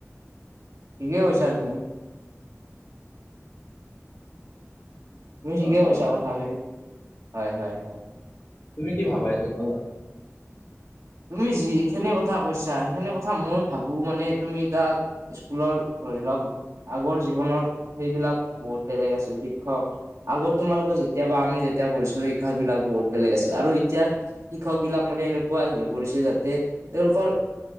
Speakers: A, on the right; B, on the left.
A: ঠিকে কৈছা তুমি। তুমি ঠিকে
B: মই ভাবো
A: কৈছা
B: আৰু
A: কথাখিনি। হয় হয় হয়।
B: তুমি কি ভাবা এইটো ওপৰত?
A: উম। তুমি যিখিনি কথা কৈছা, সেইখিনি কথা মই ভাবো। মানে তুমি তাক স্কুলৰ ধৰি লওঁক আগৰ জীৱনৰ সেইবিলাক বহুত বেলেগ আছিল শিক্ষক। আগৰ তোমালোকে যেতিয়া বা আমি যেতিয়া পঢ়িছিলো শিক্ষাকবিলাক বহুত বেলেগ আছিল আৰু এতিয়া শিক্ষকবিলাক মানে এনেকুৱা হৈ পৰিছে যাতে তেওঁলোকৰ